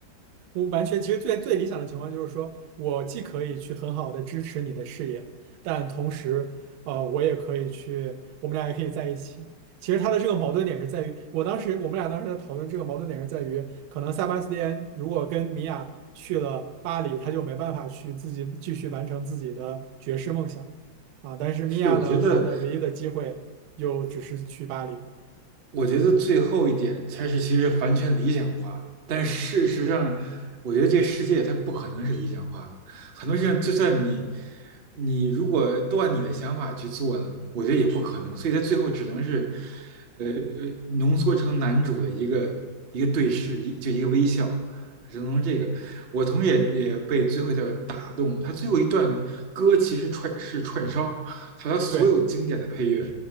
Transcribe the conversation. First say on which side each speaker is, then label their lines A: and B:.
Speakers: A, on the right; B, on the right.
A: 我完全，其实最最理想的情况就是说，我既可以去很好的支持你的事业，但同时，呃，我也可以去，我们俩也可以在一起。其实他的这个矛盾点是在于，我当时我们俩当时在讨论这个矛盾点是在于，可能塞巴斯蒂安如果跟米娅去了巴黎，他就没办法去自己继续完成自己的爵士梦想啊。但是米娅呢，
B: 是，我觉得
A: 她的唯一的机会就只是去巴黎。
B: 我觉得最后一点才是其实是完全理想化，但事实上，我觉得这世界它不可能是理想化的。很多事情，就算你你如果都按你的想法去做呢，我觉得也不可能。所以它最后只能是，呃，呃浓缩成男主的一个一个对视，一就一个微笑，只能从这个。我同时也也被最后一段打动，他最后一段歌其实串是串烧，他他所有经典的配乐。
A: 对，